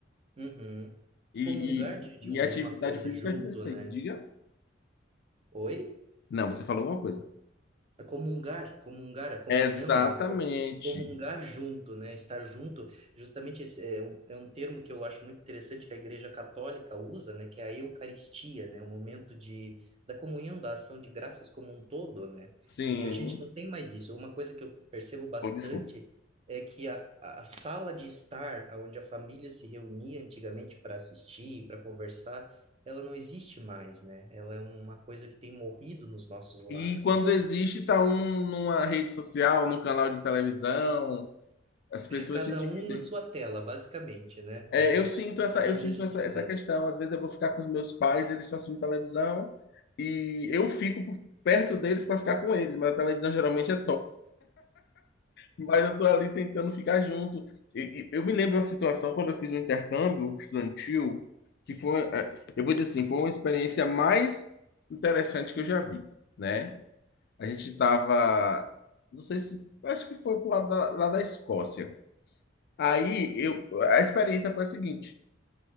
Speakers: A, on the right (about 30°); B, on the left (about 55°).
A: Uhum.
B: E,
A: Comungar de, de,
B: e,
A: um,
B: e a
A: de
B: atividade
A: uma coisa
B: física
A: junto,
B: ajuda isso aí.
A: né?
B: Diga.
A: Oi?
B: Não, você falou alguma coisa.
A: a comungar, comungar, a comunhão,
B: Exatamente.
A: né? Co- Comungar junto, né? Estar junto, justamente esse é um, é um termo que eu acho muito interessante que a Igreja Católica usa, né? Que é a Eucaristia, né? O momento de, da comunhão, da ação de graças como um todo, né?
B: Sim.
A: E a gente não tem mais isso. Uma coisa que eu percebo bastante
B: Oh, desculpa.
A: é que a, a a sala de estar, onde a família se reunia antigamente para assistir, para conversar, ela não existe mais, né? Ela é uma coisa que tem morrido nos nossos lares,
B: E quando
A: né?
B: existe, tá um numa rede social, num canal de televisão, as pessoas
A: Cada
B: se dividem.
A: um na sua tela, basicamente, né?
B: É,
A: É
B: eu
A: é isso
B: sinto
A: que
B: essa,
A: hoje
B: eu sinto
A: a gente
B: essa, essa
A: vê.
B: questão. Às vezes eu vou ficar com os meus pais, eles estão assistindo televisão, e eu fico por- perto deles para ficar com eles, mas a televisão geralmente é Mas eu tô ali tentando ficar junto. E- e Eu me lembro de uma situação quando eu fiz um intercâmbio estudantil, que foi, eh, eu vou dizer assim, foi uma experiência mais interessante que eu já vi, né? A gente tava, não sei se, acho que foi pro lado da, lá da Escócia. Aí eu, a experiência foi a seguinte,